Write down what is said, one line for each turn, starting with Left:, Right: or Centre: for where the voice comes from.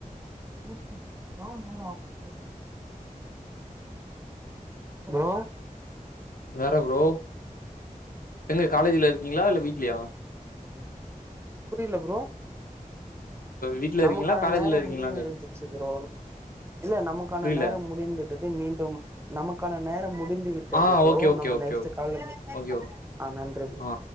Right: <unintelligible> ஹலோ
Left: வேற ப்ரோ எங்க காலேஜ்ல இருக்கீங்களா இல்ல வீட்லியா
Right: புரியில ப்ரோ
Left: வீட்ல
Right: நமக்கான
Left: இருக்கீங்களா? காலேஜ்ல
Right: நேரோ
Left: இருக்கீங்களான்னு
Right: முடிவு அடச்சிச்சி
Left: கேட்கிறேன்.
Right: ப்ரோ இல்ல நமக்கான
Left: புரியல.
Right: நேரோ முடிந்துட்டுது மீண்டு நமக்கான நேரோ முடிந்து விட்
Left: ஆ
Right: ப்ரோ
Left: ஓகே, ஓகே,
Right: நம்ம
Left: ஓகே,
Right: நெஸ்ட்
Left: ஓகே.
Right: கால்ல பேசு
Left: ஓகே ப்ரோ.
Right: ஆ நன்றி
Left: ஆ.